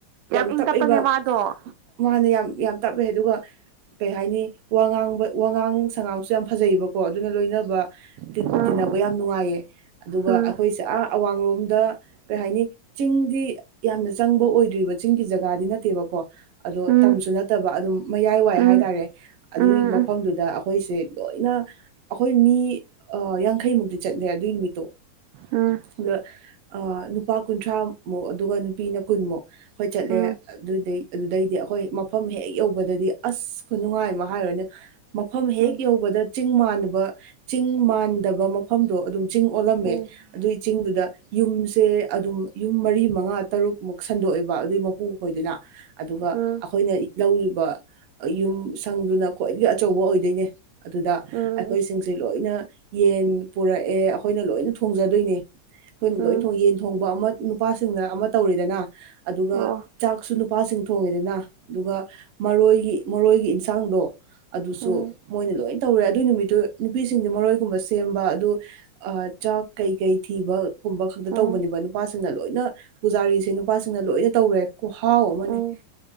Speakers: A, on the right (about 65°); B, on the right (about 85°).
A: ꯌꯥꯝ
B: ꯏꯪ
A: ꯇꯞꯑꯦꯕ
B: ꯇꯞꯄꯅꯦ ꯃꯥꯗꯣ
A: ꯃꯥꯅ ꯌꯥꯝ ꯌꯥꯝ ꯇꯞꯑꯦ ꯑꯗꯨꯒ ꯀꯩ ꯍꯥꯏꯅꯤ ꯋꯥꯉꯥꯡꯕ ꯋꯥꯉꯥꯡ ꯁꯉꯥꯡꯁꯨ ꯌꯥꯝ ꯐꯖꯩꯕꯀꯣ ꯑꯗꯨꯅ ꯂꯣꯏꯅ ꯇꯤꯟ
B: ꯎꯝ
A: ꯇꯤꯟꯅꯕ ꯌꯥꯝ ꯅꯨꯡꯉꯥꯏꯌꯦ ꯑꯗꯨꯒ
B: ꯎꯝ
A: ꯑꯩꯈꯣꯏꯁꯦ ꯑꯥ ꯑꯋꯥꯡꯂꯣꯝꯗ ꯀꯩ ꯍꯥꯏꯅꯤ ꯆꯤꯡꯗꯤ ꯌꯥꯝꯅ ꯆꯪꯕ ꯑꯣꯏꯗ ꯔꯤꯕ ꯆꯤꯡꯒꯤ ꯖꯒꯥꯗꯤ ꯅꯠꯇꯦꯕꯀꯣ ꯑꯗꯣ
B: ꯎꯝ
A: ꯇꯝꯁꯨ ꯅꯠꯇꯕ ꯑꯗꯨꯝ ꯃꯌꯥꯏ ꯋꯥꯏ
B: ꯎꯝ
A: ꯍꯥꯏꯇꯥꯔꯦ ꯑꯗꯨꯒꯤ
B: ꯎꯝ
A: ꯃꯐꯝꯗꯨꯗ
B: ꯎꯝ
A: ꯑꯩꯈꯣꯏꯁꯦ ꯂꯣꯏꯅ ꯑꯩꯈꯣꯏ ꯃꯤ ꯑ ꯌꯥꯡꯈꯩꯃꯨꯛꯇꯤ ꯆꯠꯂꯦ ꯑꯗꯨꯏ ꯅꯨꯃꯤꯠꯇꯣ
B: ꯎꯝ ꯎꯝ
A: ꯑꯗ ꯑ ꯅꯨꯄꯥ ꯀꯨꯟꯊ꯭ꯔꯥꯃꯨꯛ ꯑꯗꯨꯒ ꯅꯨꯄꯤꯅ ꯀꯨꯟꯃꯨꯛ ꯍꯣꯏ ꯆꯠꯂꯦ
B: ꯎꯝ ꯎꯝ
A: ꯑꯗꯨꯗꯩ ꯑꯗꯨꯗꯩꯗꯤ ꯑꯩꯈꯣꯏ ꯃꯐꯝ ꯍꯦꯛ ꯌꯧꯕꯗꯗꯤ ꯑꯁ ꯈꯨꯅꯨꯡꯉꯥꯏ ꯑꯃ ꯍꯥꯏꯔꯣꯏꯅꯦ ꯃꯐꯝ ꯍꯦꯛ
B: ꯎꯝ
A: ꯌꯧꯕꯗ
B: ꯎꯝ
A: ꯆꯤꯡ ꯃꯥꯟꯕ ꯆꯤꯡ ꯃꯥꯟꯗꯕ ꯃꯐꯝꯗꯣ ꯑꯗꯨꯝ ꯆꯤꯡ ꯑꯣꯜꯂꯝꯃꯦ
B: ꯎꯝ
A: ꯑꯗꯨꯏ ꯆꯤꯡꯗꯨꯗ ꯌꯨꯝꯁꯦ ꯑꯗꯨꯝ ꯌꯨꯝ ꯃꯔꯤ ꯃꯉꯥ ꯇꯔꯨꯛꯃꯨꯛ ꯁꯟꯗꯣꯛꯑꯦꯕ ꯑꯗꯨꯏ ꯃꯄꯨ ꯈꯣꯏꯗꯨꯅ ꯑꯗꯨꯒ
B: ꯎꯝ
A: ꯑꯩꯈꯣꯏꯅ ꯂꯧꯔꯤꯕ ꯌꯨꯝ ꯁꯪꯗꯨꯅ ꯈ꯭ꯋꯥꯏꯗꯒꯤ ꯑꯆꯧꯕ ꯑꯣꯏꯗꯣꯏꯅꯦ ꯑꯗꯨꯗ
B: ꯎꯝ ꯎꯝ
A: ꯑꯩꯈꯣꯏꯁꯤꯡ ꯗꯤ ꯂꯣꯏꯅ ꯌꯦꯟ ꯄꯨꯔꯛꯑꯦ ꯑꯩꯈꯣꯏꯅ ꯂꯣꯏꯅ ꯊꯣꯡꯖꯗꯣꯏꯅꯦ ꯑꯩꯈꯣꯏꯅ
B: ꯎꯝ
A: ꯂꯣꯏ ꯊꯣꯡ ꯌꯦꯟ ꯊꯣꯡꯕ ꯑꯃ ꯅꯨꯄꯥꯁꯤꯡꯅ ꯑꯃ ꯇꯧꯔꯦꯗꯅ ꯑꯗꯨꯒ
B: ꯑꯣ
A: ꯆꯥꯛꯁꯨ ꯅꯨꯄꯥꯁꯤꯡ ꯊꯣꯡꯉꯦꯗꯅ ꯑꯗꯨꯒ ꯃꯔꯣꯏꯒꯤ ꯃꯔꯣꯏꯒꯤ ꯏꯟꯁꯥꯡꯗꯣ ꯑꯗꯨꯁꯨ
B: ꯎꯝ
A: ꯃꯣꯏꯅ ꯂꯣꯏ ꯇꯧꯔꯦ ꯑꯗꯨꯏ ꯅꯨꯃꯤꯠꯇꯨ ꯅꯨꯄꯤꯁꯤꯡꯗꯤ ꯃꯔꯣꯏꯒꯨꯝꯕ ꯁꯦꯝꯕ ꯑꯗꯨ ꯑ ꯆꯥꯛ ꯀꯩ ꯀꯩ ꯊꯤꯕ ꯒꯨꯝꯕ ꯈꯛꯇ
B: ꯎꯝ
A: ꯇꯧꯕꯅꯦꯕ ꯅꯨꯄꯥꯁꯤꯡꯅ ꯂꯣꯏꯅ ꯄꯨꯖꯥꯔꯤꯁꯦ ꯅꯨꯄꯥꯁꯤꯡꯅ ꯂꯣꯏꯅ ꯇꯧꯔꯦ ꯈꯨꯍꯥꯎ ꯑꯃꯅꯦ
B: ꯎꯝ